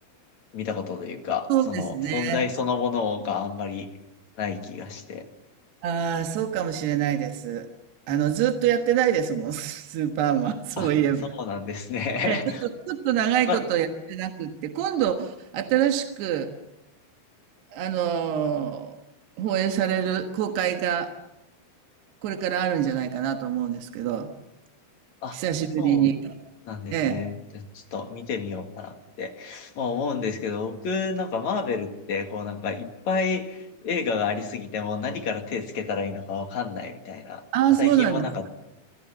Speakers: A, on the left; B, on the right.
A: 見たことというか、
B: そうですね。
A: その、存在そのものがあんまりない気がして。
B: ああ、そうかもしれないです。あの、ずっとやってないですもん、<laughs> スーパーマン、<laughs> そういえば。
A: あ、そうなんですね。
B: えちょっと、
A: <laughs>
B: ちょっと長いことやってなくって、
A: まあ、
B: 今度、新しく、あのー放映される公開が、これからあるんじゃないかなと思うんですけど、
A: あ、
B: 久しぶりに。
A: そうなんですね。
B: ええ。
A: ちょっと見てみようかなってまあ思うんですけど、僕なんかマーベルってこうなんかいっぱい映画がありすぎてもう何から手つけたらいいのかわかんないみたいな。
B: ああ、
A: なんか最近もなんか
B: そうなんです。